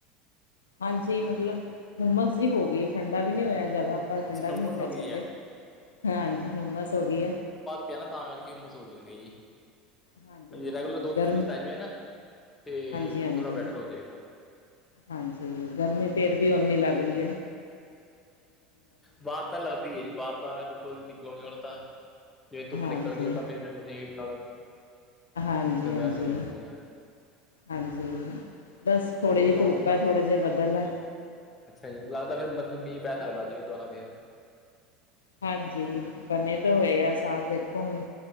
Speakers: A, on the left (about 85°); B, on the left (about 25°).
A: ਹਾਂਜੀ ਮਤਲਬ ਹੁੰਮਸ ਜੀ ਹੋ ਗਈ ਠੰਡਾ ਵੀ ਨੀ ਹੋਇਆ। ਜ਼ਿਆਦਾ ਆਪਾਂ
B: ਅੱਛਾ
A: ਠੰਡਾ ਵੀ
B: ਹੁਮਸ
A: ਨੀ ਖਾ
B: ਹੋ ਗਈ
A: ਸਕਦੇ
B: ਆ
A: ਹਾਂਜੀ ਹੁੰਮਸ ਹੋ ਗਈ ਐ
B: ਪ ਨਾ ਤਾਂ ਕਰਕੇ ਮੌਸਮ‌ ਹੋਣਾ
A: ਹਾਂਜੀ
B: ਜੀ
A: ਹਾਂਜੀ
B: ਰੈਗੂਲਰ ਦੋ ਤਿੰਨ
A: ਗਰਮ
B: ਦਿਨ ਨਾ। ਅਤੇ
A: ਹਾਂਜੀ ਹਾਂਜੀ
B: ਥੋੜ੍ਹਾ ਬੈਟਰ ਹੋ ਜਾਏਗਾ।
A: ਹਾਂਜੀ ਗਰਮੀ ਫੇਰ ਵੀ ਓਨੀ ਲੱਗ ਰਹੀ ਐ।
B: ਬਾ ਤਾਂ ਲੱਗਦੀ ਐ ਜੀ। ਬਾਹਰ ਤਾਂ ਦੇਖੋ ਨਿਕਲੋਂਗੇ ਹੁਣ ਤਾਂ ਜਿਵੇਂ ਧੁੱਪ
A: ਹਾਂਜੀ
B: ਨਿਕਲ ਗੀ ਤਾਂ ਫੇਰ ਉਦੇ ਨਾਲ
A: ਹਾਂਜੀ-ਹਾਂਜੀ।
B: ਗਰਮੈਸ਼ ਹੋ ਜਾਂਦੀ ਆ
A: ਹਾਂਜੀ ਬਸ ਥੋੜ੍ਹੀ
B: ਹੋਰ
A: ਜਿਹੀ
B: ਸੁਣਾਓ
A: ਧੁੱਪ
B: ਨਾ
A: ਐਥੋੜਾ ਜਾ ਬੱਦਲ ਐ।
B: ਅੱਛਾ ਜੀ ਲੱਗਦਾ ਫੇਰ ਮਤਲਬ ਮੀਂਹ ਪੈਣ ਵਾਲਾ ਅੱਜ ਵੀ ਦੁਬਾਰਾ ਫੇਰ।
A: ਹਾਂਜੀ ਬਣੇੇ ਤਾਂ ਹੋਏ ਆ ਸਾਰੇ ਦੇਖੋ ਹੁਣ